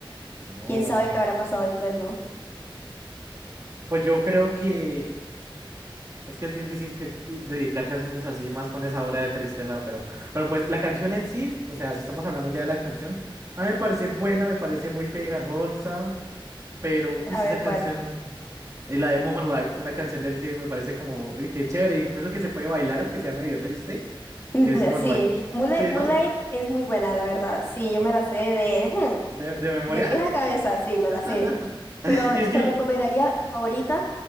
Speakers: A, on the right; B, on the left.
A: Oh,
B: ¿Quién sabe qué habrá pasado después, no?
A: Pues yo creo que es que es difícil que eh, dedicar canciones así más con esa hora de tristeza, pero, pero pues la canción en sí, o sea, si estamos hablando ya de la canción, a mí me parece buena, me parece muy pegajosa, pero
B: A
A: uy, sí,
B: ver
A: esa canción,
B: cuál.
A: eh, la de Moonlight, una canción del que me parece como uy, que chévere, incluso que se puede bailar aunque sea medio triste,
B: <laughs>
A: es Moonlight.
B: Sí, Moonlight,
A: ¿Sí,
B: Moonlight
A: no?
B: es muy buena, la verdad. Sí, yo me la sé de, hmm,
A: ¿De, de memoria?
B: de pies a cabeza, sí, me
A: <laughs>
B: la sé. Pero
A: Y es que
B: te
A: lo-
B: recomendaría mi favorita,